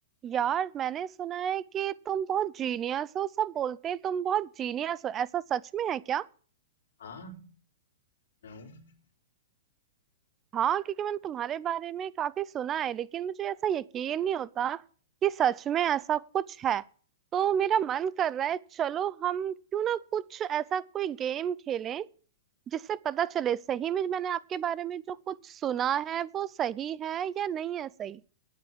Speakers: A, on the right (about 20°); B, on the left (about 75°).
A: यार मैंने सुना है कि तुम बहुत जीनियस हो सब बोलते हैं तुम बहुत जीनियस हो ऐसा सच में है क्या
B: हाँ मैं हूँ
A: हाँ क्योंकि मैंने तुम्हारे बारे में काफी सुना है लेकिन मुझे ऐसा यकीन नहीं होता कि सच में ऐसा कुछ है तो मेरा मन कर रहा है चलो हम क्यों ना कुछ ऐसा कोई गेम खेलें जिससे पता चले सही में मैंने आपके बारे में जो कुछ सुना है वो सही है या नहीं है सही